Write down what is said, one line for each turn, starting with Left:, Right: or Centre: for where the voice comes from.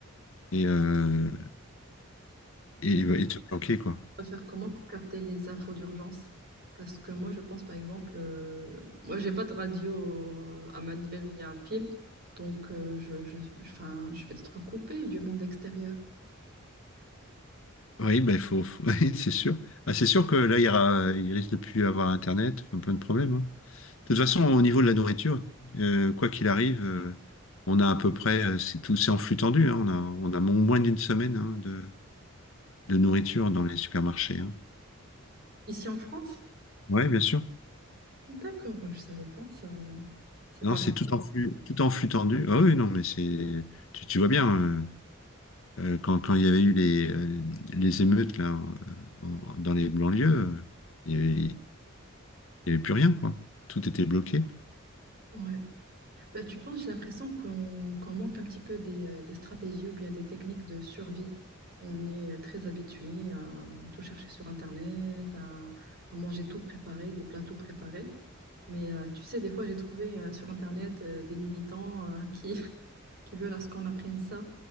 Left: et, euh, et,
Right: Mais
Left: et te planquer quoi.
Right: on va faire comment pour capter les infos d'urgence? Parce que moi, je pense, par exemple, euh, moi, j'ai pas de radio euh, à manivelle ou bien à pile, donc euh, je, je, je 'fin, je vais être coupée du monde extérieur.
Left: Oui, bah, il faut, faut- <laughs> oui, c'est sûr. Ah, c'est sûr que là il, y aura- il risque de plus avoir Internet, enfin, plein de problèmes. hein. De toute façon, au niveau de la nourriture, euh, quoi qu'il arrive, euh, on a à peu près, euh, c'est tout, c'est en flux tendu, hein, on a, on a mo- moins d'une semaine hein, de, de nourriture dans les supermarchés. Hein.
Right: Ici en France?
Left: Ouais, bien sûr.
Right: D'accord, moi, je savais pas, ça, c'est
Left: Non,
Right: pas
Left: c'est
Right: grave.
Left: tout en flux, tout en flux tendu. Ah oui, non, mais c'est, tu, tu vois bien, euh, euh, quand, quand il y avait eu les, euh, les émeutes là, en- en- dans les banlieues, euh, il n'y avait, il y avait plus rien, quoi. Tout était bloqué.
Right: Ouais. Bah, tu penses, j'ai l'impression qu'on qu'on manque un petit peu des, euh, des stratégies ou bien des techniques de survie. On est euh, très habitué à tout chercher sur Internet, à, à manger tout préparé, des plats tout préparés. Mais euh, tu sais, des fois, j'ai trouvé euh, sur Internet euh, des militants euh, qui, <laughs> qui veulent à ce qu'on apprenne ça